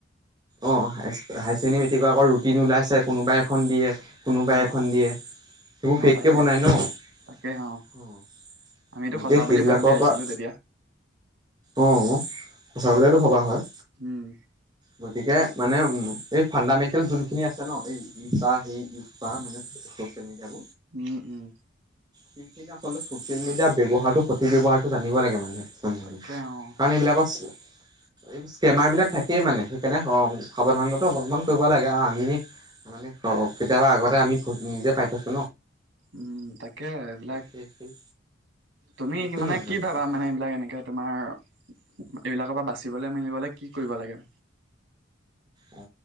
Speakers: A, on the right (about 25°); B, on the right (about 80°).
A: অ হাই ছেকেণ্ডডৰ আকৌ ৰুটিন ওলাইছে কোনোবাই এখন দিয়ে। কোনোবাই
B: অ',
A: এখন দিয়ে সেইবোৰ
B: অ',
A: ফেককে
B: তাকেহে
A: বনাই ন।
B: তাকে অ', আমিতো সঁচা
A: এতিয়া
B: বুলি
A: সেইবিলাকৰ
B: ভাবি আহিছিলো
A: পৰা।
B: তেতিয়া
A: অ অ সঁচা বুলিয়েতো ভবা হয়।
B: উম।
A: গতিকে মানে উ এই ফাণ্ডামেণ্টেল যোনখিনি আছে ন এই ই সেই ইজ মানে, হৈছে নে যাব।
B: উম, উম,
A: সেইখিনি আল চচিয়েল মিডিয়াৰ ব্যৱহাৰটো সঠিক ভাবে ৱ্যবহাৰটো জানিব লাগে মানুহে।
B: তাকে অ',
A: কাৰণ এইবিলাকৰ এই ইস্কেমাৰ বিলাক থাকেই মানে। তেনে সাৱধানতাটো অৱলম্বন কৰিব লাগে আৰু আমি, মানে অ কেতিয়াবা আগতে আমি নিজে পাই থইছো।
B: উম তাকে এইবিলাক।
A: সেই
B: তুমি
A: সেইখিনিয়ে
B: মানে
A: আৰু
B: কি
A: কথাখিনি
B: ভাবা মানে এইবিলাক এনেকে। তোমাৰ এইবিলাকৰ পৰা বাচিবলৈ মেলিবলৈ কি কৰিব লাগে।
A: অ